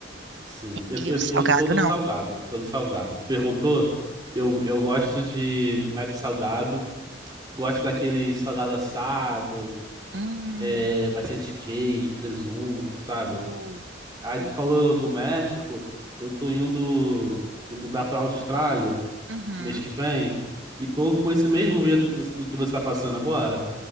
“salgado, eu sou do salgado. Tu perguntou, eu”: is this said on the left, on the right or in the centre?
Right